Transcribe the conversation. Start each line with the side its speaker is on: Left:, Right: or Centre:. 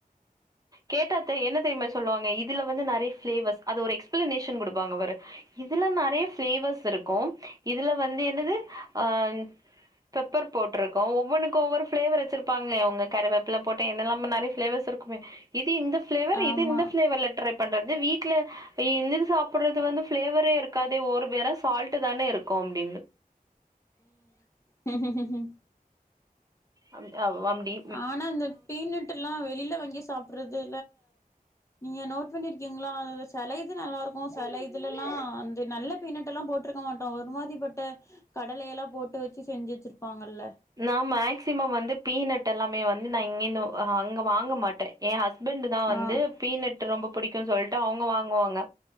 Right: கேட்டாத்த என்ன தெரியுமா சொல்லுவாங்க இதுல வந்து நெறைய ஃபிளேவர்ஸ் அது ஒரு எக்ஸ்பிளனேஷன் கொடுப்பாங்கபாரு இதுல நெறைய ஃபிளேவர்ஸ் இருக்கும் இதுல வந்து என்னது அ பெப்பர் போட்ருக்கு ஒவ்வொனுக்கு ஒவ்வொரு ஃபிளேவர் வச்சிருப்பாங்களே அவுங்க கருவேப்புல போட்டு என்ன இல்லாம நெறைய ஃபிளேவர்ஸ் இருக்குமே இது இந்த ஃபிளேவர்
Left: ஆமா
Right: இது இந்த ஃபிளேவர்ல ட்ரை பண்றது வீட்ல இந்த இது சாப்புடுறது வந்து ஃபிளேவரே இருக்காதே ஒரு வேர சால்ட் தான இருக்கும் அப்டின்னு
Left: ம்
Right: அவ் அப் அம்டி
Left: ஆனா இந்த அந்த பீனட்டு எல்லா வெளில வாங்கி சாப்புடுறது நீங்க நோட் பண்ணிருக்கீங்களா அதுல சில இது நல்லா இருக்கும் சில இதுல எல்லா அந்த நல்ல பின்னெட்டலா போட் போட்ருக்க மாட்டோ ஒரு மாரி பட்ட கடல எல்லா போட்டு வச்சு செஞ்சு வச்சிருப்பாங்கள்ளா
Right: நா மேக்சிமம் வந்து பீனட் எல்லாமே வந்து நா இங்கனு அங்க வாங்க மாட்ட எய ஹஸ்பண்ட் தா வந்து
Left: ஆ
Right: பீனட் ரொம்ப புடிக்கும்னு சொல்லிட்டு அவுங்க வாங்குவாங்க